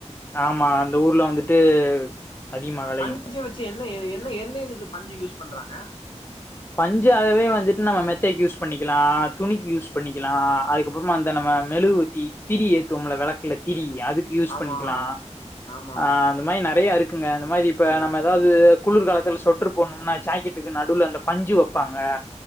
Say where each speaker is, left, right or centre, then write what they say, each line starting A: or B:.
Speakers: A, on the left; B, on the left.
A: ஆமா அந்த ஊர்ல வந்துட்டு அதிகமா வெளையு
B: பஞ்சு வச்சு என்ன இத என்ன என்ன இதுக்கு பஞ்சு யூஸ் பண்றாங்க
A: பஞ்சு அதவே வந்துட்டு நம்ம மெத்தைக் யூஸ் பண்ணிக்குலா துணிக்கு யூஸ் பண்ணிக்குலா அதுக்கப்புற்மா அந்த நம்ம மெழுவு த்தி திரி ஏத்துவம்ல வெளக்குல திரி அது க்கு யூஸ்
B: ஆமா
A: பண்ணிக்குலா
B: ஆமா
A: ஆ அந்த மாரி நெறையா இருக்குங்க அந்த மாரி இப்ப
B: ஆ
A: நம்ம எதாவ்து குளிர்காலத்துல சொட்ரு போட்னும்னா ஜாக்கெட்டுக்கு நடுல அந்த பஞ்சு வப்பாங்க